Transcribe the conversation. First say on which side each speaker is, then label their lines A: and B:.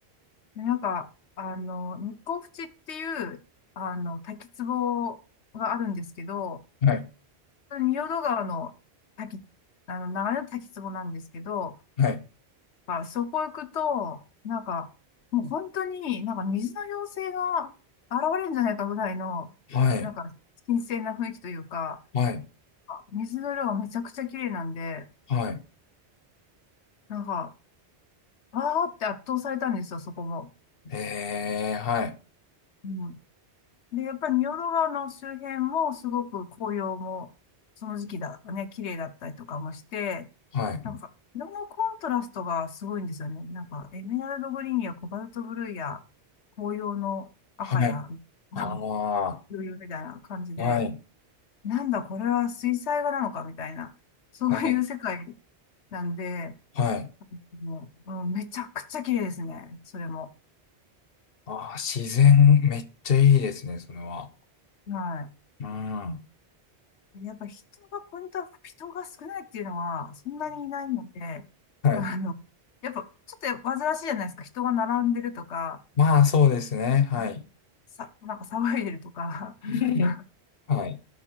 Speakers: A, on the left; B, on the left.
A: で、なんか、あの、日光淵っていう、あの、滝壺があるんですけど、
B: はい、
A: 仁淀川の滝、あの、流れの滝壺なんですけど、
B: はい、
A: あ、そこ行くと、なんか、もう本当になんか水の妖精が現れるんじゃないかぐらいの、
B: はい、
A: なんか、新鮮な雰囲気というか、
B: はい、
A: あ水の色がめちゃくちゃ綺麗なんで、
B: はい。
A: なんか、わーって圧倒されたんですよ、そこも。
B: へえ、はい、
A: うんで、やっぱり仁淀川の周辺もすごく紅葉も、その時期だとね、綺麗だったりとかもして、
B: はい、
A: なんか、色のコントラストがすごいんですよね。なんか、エメラルドグリーンやコバルトブルーや、紅葉の赤や、
B: はい。
A: <laughs>
B: ああ、
A: 余裕みたいな感じで、
B: はい、
A: なんだこれは水彩画なのかみたいな、そういう世界
B: はい。
A: なんで、
B: はい
A: もう、うんめちゃくちゃ綺麗ですね、それも。
B: ああ、自然、めっちゃいいですね、それは。
A: はい。
B: うん。<laughs>
A: やっぱ人が、ポイントは人が少ないっていうのは、そんなにいないので、<laughs>
B: はい。
A: あの、やっぱ、ちょっと煩わしいじゃないですか。人が並んでるとか、
B: まあ、そうですね。はい。
A: うんさ、なんか騒いでるとか。
B: <laughs>
A: <laughs>
B: はい。